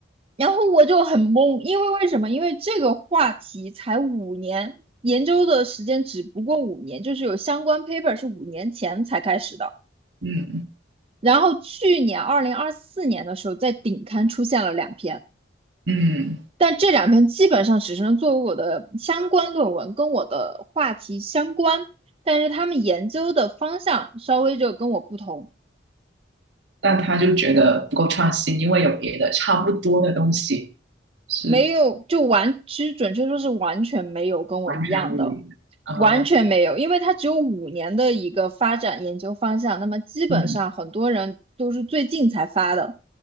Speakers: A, on the right; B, on the right.
A: 然后我就很懵，因为为什么？因为这个话题才五年，研究的时间只不过五年，就是有相关 paper 是五年前才开始的，
B: 嗯
A: 然后去年二零二四年的时候在顶刊出现了两篇。
B: 嗯，
A: 但这两篇基本上只是作为我的相关论文，跟我的话题相关，但是他们研究的方向稍微就跟我不同，
B: 但他就觉得不够创新，因为有别的差不多的东西是
A: 没有就完，其实准确说是完全没有跟我一样的，
B: 完全无语的。啊，
A: 完全没有，因为它只有五年的一个发展研究方向，那么基本上很多人都是最近才发的，
B: 嗯